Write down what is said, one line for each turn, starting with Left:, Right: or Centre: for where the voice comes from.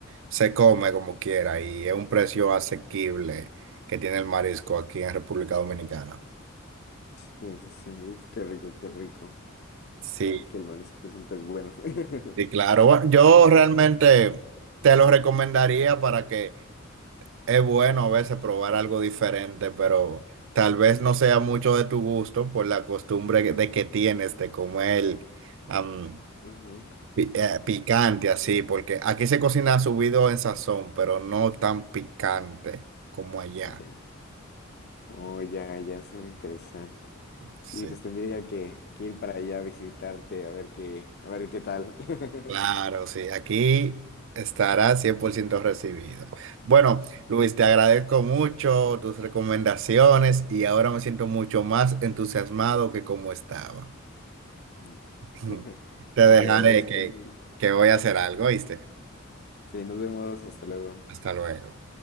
Right: se come como quiera y es un precio asequible que tiene el marisco aquí en República Dominicana.
Left: sí, sí, sí. Uf, qué rico, qué rico.
Right: Sí,
Left: Será que el marisco siempre es bueno. <laughs>
Right: sí, claro. Bueno, yo realmente te lo recomendaría para que Es bueno a veces probar algo diferente, pero tal vez no sea mucho de tu gusto por la costumbre que- de que tienes de comer am,
Left: Ujú.
Right: pi- eh, picante así, porque aquí se cocina subido en sazón, pero no tan picante como allá.
Left: Ya. Oh, ya, ya, suena interesante.
Right: Sí.
Left: Sí, pues tendría que, que ir para allá a visitarte, a ver qué, a ver qué tal. <laughs>
Right: Claro, sí, aquí estará 100% recibido. Bueno, Luis, te agradezco mucho tus recomendaciones y ahora me siento mucho más entusiasmado que como estaba.
Left: Mm.
Right: <laughs>
Left: <laughs>
Right: Te dejaré
Left: No, te agradezco,
Right: que,
Left: sí.
Right: que voy a hacer algo, ¿viste?
Left: Sí, nos vemos, hasta luego.
Right: Hasta luego.